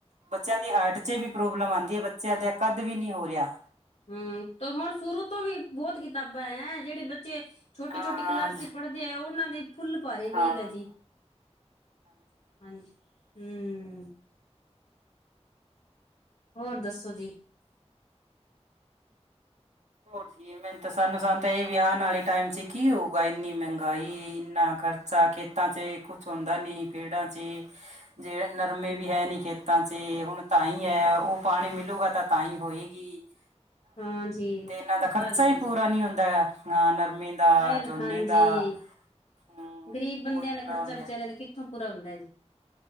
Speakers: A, on the right (about 85°); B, on the left (about 75°).
A: ਬੱਚਿਆਂ ਦੀ ਵਿੱਚ ਹਾਈਟ ਚ ਵੀ ਪ੍ਰੋਬਲਮ ਆਂਦੀ ਹੈ ਬੱਚਿਆਂ ਦਾ ਕਦ ਵੀ ਨੀ ਹੋ ਰਿਹਾ
B: ਹੂੰ ਤੇ ਹੁਣ ਸ਼ੁਰੂ ਤੋਂ ਵੀ
A: ਹਾਂਜੀ
B: ਬਹੁਤ ਕਿਤਾਬਾਂ ਹੈ ਜਿਹੜੇ ਬੱਚੇ ਛੋਟੀ
A: ਹਾਂ,
B: ਛੋਟੀ ਕਲਾਸ ਚ ਪੜ੍ਹ ਉਹਨਾਂ ਦੇ ਫੁੱਲ ਕਰ ਭਾਰੇ
A: ਹਾਂ,
B: ਬੇਗ ਏ ਜੀ ਹਾਂਜੀ ਹੂੰ ਹੋਰ ਦੱਸੋ ਜੀ
A: ਹੋਰ ਜੀ ਮੈਨੂੰ ਤਾਂ ਸਾਨੂੰ ਇਹ ਵੀ ਆਉਣ ਵਾਲੇ ਟਾਈਮ ਚ ਕੀ ਹੋਊਗਾ ਇੰਨੀ ਮਹਿੰਗਾਈ ਇੰਨਾ ਖਰਚ ਖੇਤਾਂ ਚ ਕੁੱਛ ਹੁੰਦਾ ਨੀ ਪੇੜਾਂ ਚ ਜੇ ਨਰਮੇ ਵੀ ਹੈ ਨੀ ਖੇਤਾਂ ਚ ਹੁਣ ਤਾਂ ਹੀ ਹਏ ਉਹ ਪਾਣੀ ਮਿਲਲੇਗਾ ਤਾਂ ਤਾਂ ਹੀ ਹੋਏਗੀ <inaudible>
B: ਹਾਂ ਜੀ
A: ਤੇ ਇਹਨਾਂ ਦਾ ਖ਼ਰਚਾ
B: ਆ ਹੈ
A: ਈ
B: ਜੀ
A: ਪੂਰਾ ਨੀ ਹੁੰਦਾ ਹਾਂ ਨਰਮੇ ਦਾ
B: ਹਾਂਜੀ
A: ਝੋਨੇ ਦਾ ਹਮ
B: ਗ਼ਰੀਬ ਬੰਦਿਆਂ
A: ਬਹੁਤ
B: ਦਾ
A: ਬੁਰਾ
B: ਖ਼ਰਚਾ
A: ਹਾਲ ਹੋਇਆ
B: ਵਿਚਾਰਿਆਂ
A: ਪਿਆ
B: ਦਾ ਕਿੱਥੋਂ ਪੂਰਾ ਹੁੰਦਾ ਜੀ